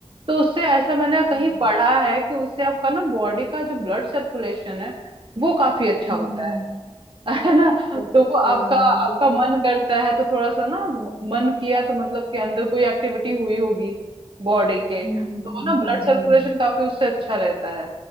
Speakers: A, on the right (about 50°); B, on the left (about 65°).
A: तो उससे ऐसा मैंने
B: हाँ
A: कहीं
B: हाँ
A: पढ़ा
B: हाँ।
A: है कि उससे आपका ना बॉडी का जो ब्लड सर्कुलेशन है वो काफी अच्छा
B: हम्म
A: होता है <laughs> है ना
B: अच्छा
A: तो वो आपका आपका
B: ये तो
A: मन करता है तो थोड़ा सा ना मन किया तो मतलब कि अंदर कोई एक्टिविटी हुई होगी बॉडी के
B: हम्म
A: तो
B: हम्म
A: वो
B: हम्म
A: ना ब्लड
B: हम्म
A: सर्कुलेशन
B: हम्म,
A: काफी उससे अच्छा रहता है